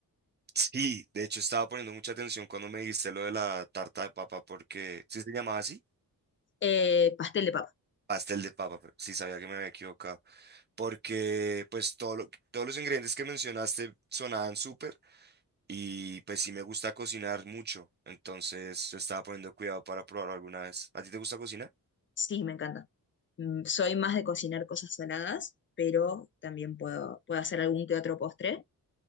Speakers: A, on the right; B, on the left.
A: Sí, de hecho estaba poniendo mucha atención cuando me dijiste lo de la tarta de papa porque sí se llamaba así,
B: Eh, pastel de papa.
A: pastel de papa, pero sí sabía que me había equivocado, porque pues todo lo- todos los ingredientes que mencionaste sonaban súper. Y pues sí me gusta cocinar mucho, entonces estaba poniendo cuidado para probarlo alguna vez. ¿A ti te gusta cocinar?
B: Sí, me encanta. Mm, Soy más de cocinar cosas saladas, pero también puedo, puedo hacer algún que otro postre.